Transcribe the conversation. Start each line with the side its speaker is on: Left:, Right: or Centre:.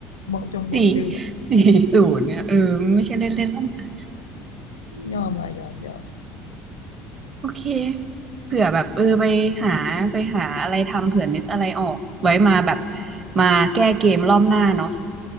Left: บอกจงบอกชื่อเนี่ย
Right: สี่สี่ศูนย์เนี่ยเออไม่ใช่เล่นเล่นแล้วนะ
Left: ยอมว่ะยอมยอม
Right: โอเคเผื่อแบบเออไปหาไปหาอะไรทำเผื่อนึกอะไรออกไว้มาแบบมาแก้เกมรอบหน้าเนาะ